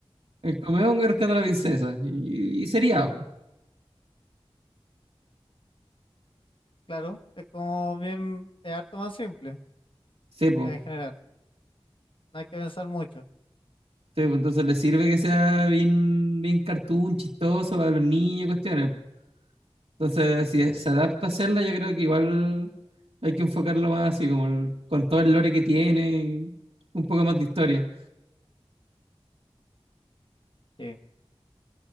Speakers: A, on the right (about 70°); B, on the left (about 55°).
A: El come hongo y rescata a la princesa. Y, y sería, po.
B: Claro. Es como bien... Es harto más simple
A: sí, po.
B: en general. No hay que pensar mucho.
A: Sí, po. Entonces le sirve que sea bien, bien cartoon, chistoso para los niños y cuestiones. Entonces, si se adapta a Zelda, yo creo que igual hay que enfocarlo más así, como el- con todo el lore que tiene y un poco más de historia.
B: Sí.